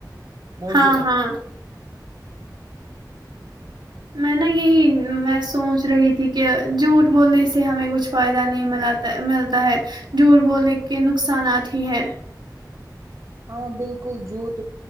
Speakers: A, on the right; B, on the right.
A: موضوع
B: ہاں
A: ہے
B: ہاں میں نا یہی میں سوچ رہی تھی کہ جھوٹ بولنے سے ہمیں کچھ فائدہ نہیں م ملتا ہے جھوٹ بولنے کے نقصانات ہی ہیں
A: ہاں بالکل جوت